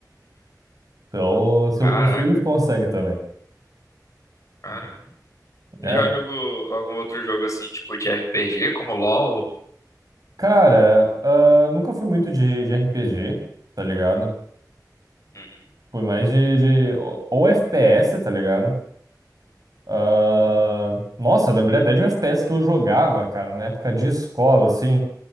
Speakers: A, on the right; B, on the left.
A: Então, se
B: caraca,
A: eu consigo, tu consegue também.
B: caramba. E
A: É.
B: já jogou algum outro jogo assim, tipo de RPG, como LoL?
A: Cara, ah, nunca fui muito de, de RPG, tá ligado?
B: Uhum.
A: Fui mais de, de- ou ou FPS, tá ligado? Ah, nossa, eu lembrei até de um FPS que eu jogava, cara, na época de escola, assim.